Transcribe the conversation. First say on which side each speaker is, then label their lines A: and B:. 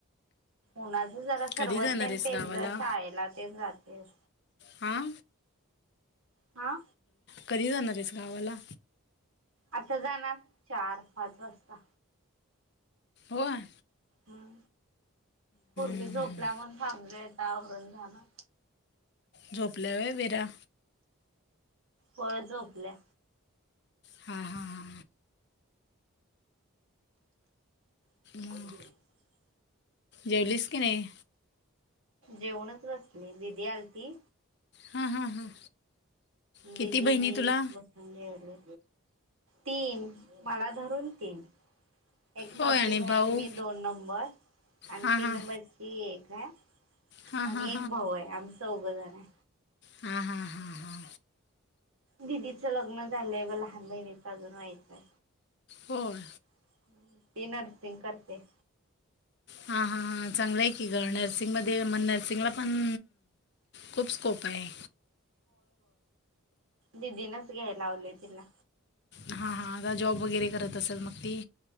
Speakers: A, on the right; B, on the left.
A: ऊनाच जरा सरबत
B: कधी जाणार
A: पेतजा
B: आहेस गावाला
A: शाळेला तेन जातेस.
B: हांआ.
A: हा
B: कधी जाणार येतेस गावाला?
A: आता जाणार चार पाच वाजता.
B: वय.
A: अं. पोरगी
B: हम्म,
A: झोपल्या
B: हम्म.
A: म्हणून थांबलेत. आवरून जाणार.
B: झोपल्या होय वीरा?
A: होय झोपल्या.
B: हा हा हा.
A: <unintelligible>
B: मग जेवलीस का नाही?
A: जेवूनच बसले दीदी आलती.
B: हां हां हां किती
A: दिदी
B: बहिणी
A: मी
B: तुला
A: बसून जेवलो. तीन मला धरून तीन. एक
B: होय
A: मोठी
B: आणि
A: बहीण
B: भाऊ
A: मी दोन नंबर आणि
B: हां
A: तीन
B: हां
A: नंबरची एक. काय?
B: हां
A: आणि
B: हां
A: एक भाऊ आहे आम्ही चौघजण हाय.
B: हा हा हा हा.
A: दिदीचं लग्न झालंय व लहान बहिणीचं अजून व्हायचंय.
B: होय
A: <inaudible> ती नर्सिंग करते.
B: हा हा चांगलं आहे की ग नर्सिंग मध्ये म नर्सिंगला पण खूप स्कोप आहे.
A: दीदीनच घ्यायला लावलंय तिला.
B: हा, हा आता जॉब वगैरे करत असेल मग ती?